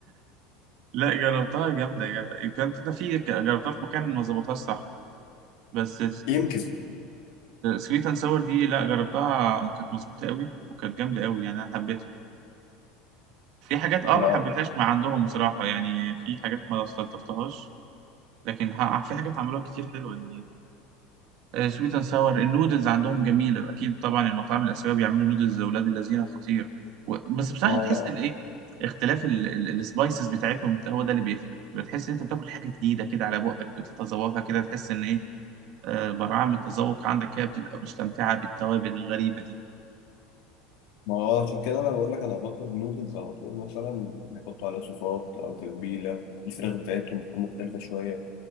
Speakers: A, on the right; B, on the left.
A: لا جربتها جامدة يا جدع كانت انت في ك- جربتها في مكان ما ظبطهاش صح بس
B: يمكن
A: سويت اند ساور دي لا جربتها كانت مظبوطة قوي وكانت جامدة قوي يعني أنا حبيتها في حاجات اه
B: لا
A: ما حبيتهاش مع عندهم بصراحة يعني في حاجات ما استلطفتهاش لكن ها في حاجات عملوها كتير حلوة يعني سويت اند ساور النودلز عندهم جميلة أكيد طبعا المطاعم الآسيوية بيعملوا نودلز لأولاد الذين خطير و... بس بصراحة
B: ما
A: تحس إن إيه اختلاف السبايسز بتاعتهم هو ده اللي بيفرق بتحس إن أنت بتاكل حاجة جديدة كده على بقك بتتذوقها كده تحس إن إيه آه، براعة من التذوق عندك كده بتبقى مستمتعة بالتوابل الغريبة دي
B: ما هو عشان كده أنا بقول لك أنا بطلب نودلز على طول مثلا بيحطوا عليها صوصات أو تتبيلة الفراخ بتاعتهم بتكون مختلفة شوية